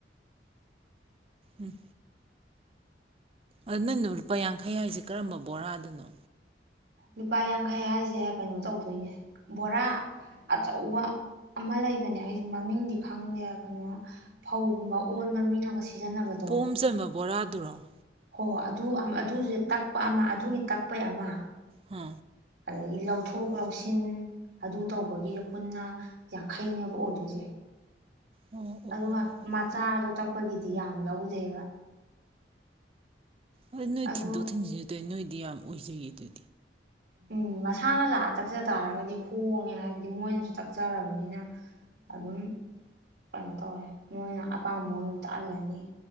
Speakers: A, on the right; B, on the right.
A: ꯎꯝ ꯑꯗꯨ ꯅꯪꯅꯣ ꯂꯨꯄꯥ ꯌꯥꯡꯈꯩ ꯍꯥꯏꯁꯦ ꯀꯔꯝꯕ ꯕꯣꯔꯥꯗꯅꯣ
B: ꯂꯨꯄꯥ ꯌꯥꯡꯈꯩ ꯍꯥꯏꯁꯦ ꯀꯩꯅꯣ ꯇꯧꯗꯣꯏꯅꯦ ꯕꯣꯔꯥ ꯑꯆꯧꯕ ꯑꯃ ꯂꯩꯕꯅꯦ ꯑꯩꯁꯨ ꯃꯃꯤꯡꯗꯤ ꯈꯪꯗꯦ ꯀꯩꯅꯣ ꯐꯧꯒꯨꯝꯕ ꯑꯣꯟꯕ ꯃꯤꯅꯒ ꯁꯤꯖꯤꯟꯅꯕꯗꯣ
A: ꯄꯣꯝ ꯆꯟꯕ ꯕꯣꯔꯥꯗ ꯊꯔꯣꯡ
B: ꯍꯣ ꯍ ꯑꯗꯨ ꯑꯗꯨꯁꯦ ꯇꯛꯄ ꯑꯃ ꯑꯗꯨꯒꯤ ꯇꯛꯄꯩ ꯑꯃ
A: ꯍꯥ
B: ꯑꯗꯒꯤ ꯂꯧꯊꯣꯛ ꯂꯧꯁꯤꯟ ꯑꯗꯨ ꯇꯧꯕꯒꯤꯁꯨ ꯄꯨꯟꯅ ꯌꯥꯡꯈꯩꯅꯦꯕ ꯑꯣꯏꯗꯣꯏꯁꯦ
A: ꯑꯣ ꯑꯣ ꯑꯣ
B: ꯑꯗꯨꯒ ꯃꯆꯥꯗꯣ ꯇꯛꯄ ꯀꯄꯒꯤꯗꯤ ꯌꯥꯝ ꯂꯧꯗꯦꯕ
A: ꯍꯣꯏ ꯅꯣꯏ
B: ꯑꯗꯣ
A: ꯊꯤꯟꯗꯣꯛ ꯊꯤꯟꯖꯤꯟꯠꯇꯣꯏ ꯅꯣꯏ ꯗꯤ ꯌꯥꯝ ꯑꯣꯏꯖꯗ
B: ꯎꯝ ꯃꯁꯥꯅ ꯂꯥꯛꯑ ꯇꯛꯆ ꯇꯥꯔꯒꯗꯤ ꯍꯣꯡꯉꯦ ꯍꯥꯏꯕꯗꯤ ꯃꯣꯏꯅꯁꯨ ꯇꯛꯆꯔꯕꯅꯤꯅ ꯑꯗꯨꯝ ꯀꯩꯅꯣ ꯇꯧꯔꯦ ꯃꯣꯏꯅ ꯑꯄꯥꯝꯕ ꯃꯑꯣꯡꯗ ꯑꯗꯨꯝ ꯇꯥꯛꯍꯜꯂꯅꯤ